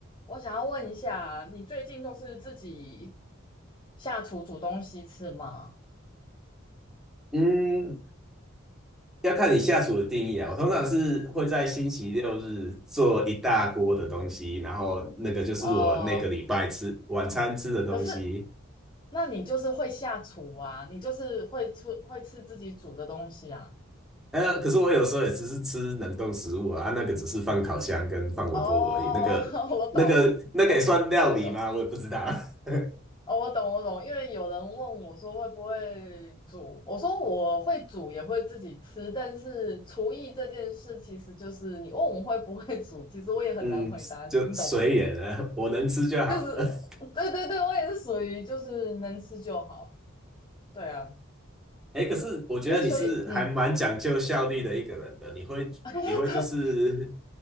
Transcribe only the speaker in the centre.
嗯，要看你下厨的定义啊。我通常是会在星期六日做一大锅的东西，然后那个就是我那个礼拜吃晚餐吃的东西。
呃，可是我有时候也只是吃冷冻食物啊，啊那个只是放烤箱跟放微波炉而已。
那个、
那个、那个也算料理吗？
我也不知道。<laughs>
嗯，就随缘了，
我能吃就好了。
哎，可是我觉得你是还蛮讲究效率的一个人的，
你会你会就是